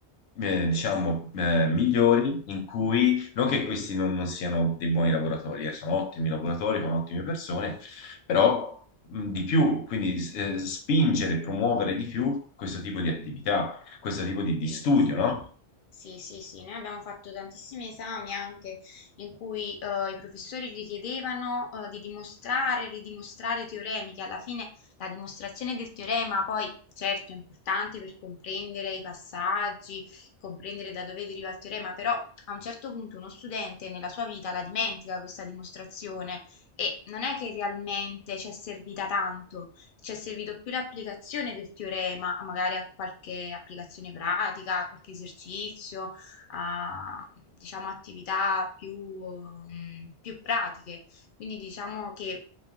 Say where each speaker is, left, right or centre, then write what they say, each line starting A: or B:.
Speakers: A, on the left; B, on the left.
A: eh, diciamo, eh, migliori in cui non che questi non, non siano dei buoni lavoratori, eh, sono ottimi lavoratori, sono ottime persone, però mh, di più, quindi eh, spingere, promuovere di più questo tipo di attività, questo tipo di, di
B: sì.
A: studio, no?
B: Sì, sì, sì, noi abbiamo fatto tantissimi esami anche in cui eh, i professori richiedevano eh, di dimostrare, ridimostrare teoremi, che alla fine la dimostrazione del teorema poi certo è importante per comprendere i passaggi, comprendere da dove deriva il teorema, però a un certo punto uno studente nella sua vita la dimentica questa dimostrazione e non è che realmente ci è servita tanto ci è servito più l'applicazione del teorema, magari a qualche applicazione pratica, a qualche esercizio, a diciamo attività più, mm, più pratiche. Quindi diciamo che